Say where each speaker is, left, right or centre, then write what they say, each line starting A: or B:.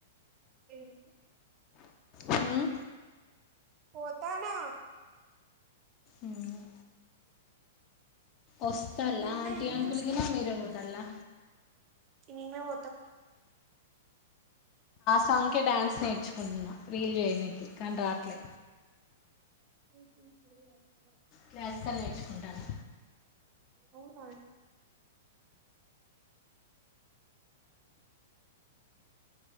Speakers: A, on the right; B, on the left.
A: <unintelligible>
B: ఉమ్
A: పోతానా.
B: ఉమ్ వస్తాల్లా
A: నిన్నయ్య
B: ఆంటీ అంకుల్ గిన, మీరే పోతాల్లా.
A: మేమె పోతమ్.
B: తంకి డాన్స్ నేర్చుకుంటున్నా, రీల్ చేయనీకి కానీ రాట్లే
A: చేయాలి
B: క్లాసికల్ నేర్చుకుంటాను.
A: అవునా